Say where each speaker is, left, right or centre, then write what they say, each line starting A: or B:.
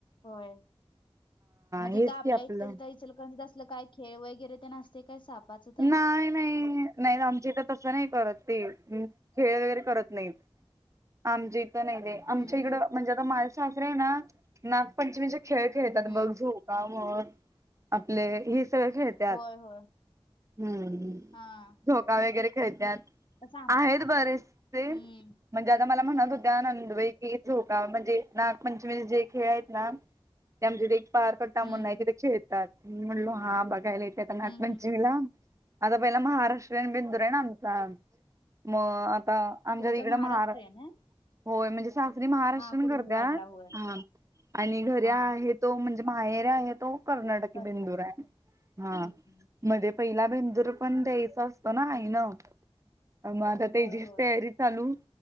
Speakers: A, on the left; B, on the right.
A: होय. मग तिथं
B: हेच
A: आपल्या
B: की आपलं
A: इथं तिथं इचल करणीत असलं काय खेळ वगैरे ते नसते काय सापाचं तेन?
B: नाही नाही नाही आमच्या इथं तसं नाही करत ते खेळ वगैरे करत नाहीत. आमच्या इथं नाही नाही.
A: हम्म
B: आमच्या इकडं
A: हम्म
B: म्हणजे आता माल सासरे आहे ना नागपंचमीचे खेळ खेळतात
A: हम्म
B: बघ झू काम आपले हि सगळं खेळत
A: होय होय.
B: हम्म
A: हा
B: झोका वगैरे खेळतात.
A: सांग
B: आहेत बरे तुझे.
A: हम्म
B: म्हणजे आता मला म्हणत होत्या नंदवई क झोका म्हणजे नागपंचमीचे जे खेळ आहेत ना.
A: <inaudible>
B: त्या म्ह ते एक पार करतााम
A: हम्म
B: नाही तथे खेळतात म्हणलो हा बघायला इथे नाक
A: हम्म
B: म्हण
A: हम्म
B: आता पहिला महाराष्ट्रीयन बेंदूर आहे ना आमचा मग आता आमच्या
A: तुमचा
B: तिकडं
A: महाराष्ट्रीयन
B: महा
A: आहे
B: होय म्हणजे सासरी महाराष्ट्रीयन
A: हा कुरुंदवाडला
B: करत्यात
A: होय
B: हा आणि घरी
A: हा
B: आहेत तो, म्हणजे माहेरी आहे तो कर्नाटकी
A: कर
B: बेंदूर आय हा.
A: हम्म
B: मध्ये पहिला बेंदूर पण द्यायचा असतो ना आई न. मग आता
A: होय
B: तेजीच
A: होय
B: तयारी चालू